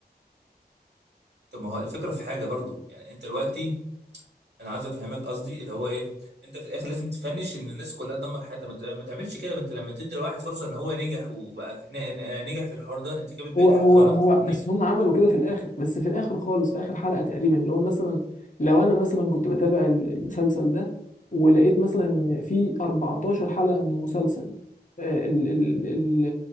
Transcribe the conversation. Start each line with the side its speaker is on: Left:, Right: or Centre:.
Right: طب ما هو الفكره في حاجه برضو يعني انت دلوقتي انا عايز افهمك قصدي اللي هو ايه انت في الاخر لازم تفنش ان الناس كلها تدمر حياتها ما ت- ما تعملش كده ما انت لما تدي لواحد فرصه ان هو نجح وبقى في- ن- ن- نجح في الحوار ده انت كده بتبين
Left: هو هو
Right: حاجه غلط
Left: هو
Right: فاهمني
Left: بس هم عملوا كده في الاخر بس في الاخر خالص في اخر حلقة تقريبا اللي هو مثلا لو انا مثلا كنت بتابع ال- المسلسل ده ولقيت مثلا إن في 14 حلقة من المسلسل آه، ال ال ال